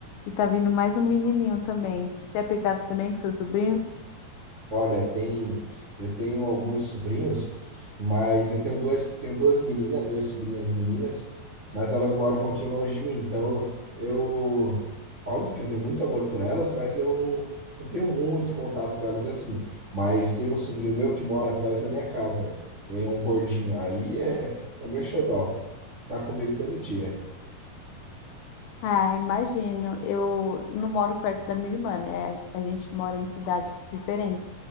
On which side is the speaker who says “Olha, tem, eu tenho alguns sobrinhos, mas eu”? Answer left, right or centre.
Right